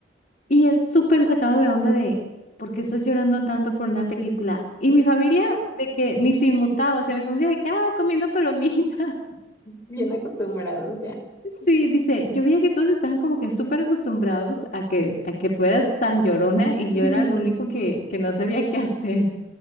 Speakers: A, on the left (about 45°); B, on the left (about 15°).
A: Y él súper sacado de onda de, ¿por qué estás llorando tanto por una película? Y mi familia de que, ni sin mutado, o sea, mi familia de que, ah, comiendo palomita. <laughs>
B: Bien acostumbrados ya.
A: Sí, dice, yo veía que todos estaban como que súper acostumbrados a que, a que tú eras tan llorona y
B: <laughs>
A: yo era lo único que, que no sabía qué hacer.